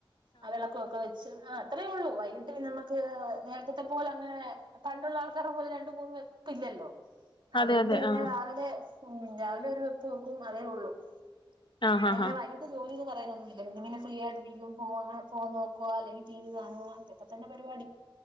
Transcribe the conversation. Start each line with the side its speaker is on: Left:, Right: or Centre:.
Right: ആഹ് വിളക്കോക്കെ വെച്ച് ആഹ് അത്രേ ഉള്ളൂ വൈകിട്ട്ന്ന നമുക്ക് നേരത്തെ പോലെ അങ്ങനെ പണ്ടുള്ള ആൾക്കാരെ പോലെ ര ണ്ട്മൂന്ന് വെപ്പ് ഇല്ലല്ലോ അതുകൊണ്ട്
Left: അതെ അതെ
Right: പിന്നെ
Left: ആഹ്
Right: രാവിലെ ഉം രാവിലെ ഒരു വെപ്പ് വെയ്ക്കും അതേ ഉള്ളൂ
Left: ആഹ്
Right: പിന്നെ
Left: ആഹ്
Right: എങ്ങനെ
Left: ആഹ്
Right: വൈ ഇ ജോലിന്ന് പറയാന ഒന്നുമില്ല ല്ലോ ഇങ്ങനെ ഫ്രീയിട്ടിരിക്കും ഫോ ഫോൺ നോക്കുവാ അല്ലെങ്കിൽ ടി വി കാണുവ അതൊക്കെ തന്നെ പരിപാടി